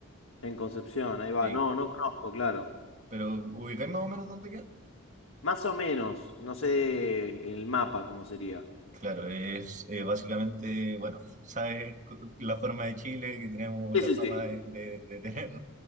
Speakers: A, on the left; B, on the right.
A: En Concepción, ahí va.
B: sí,
A: No, no conozco, claro.
B: pero ubicáis más o menos dónde queda.
A: Más o menos, no sé en el mapa cómo sería.
B: Claro, es eh, básicamente, bueno, sabes cu- la forma de Chile, que tenemos
A: Sí,
B: la
A: sí,
B: fama
A: sí.
B: de, de- de tener,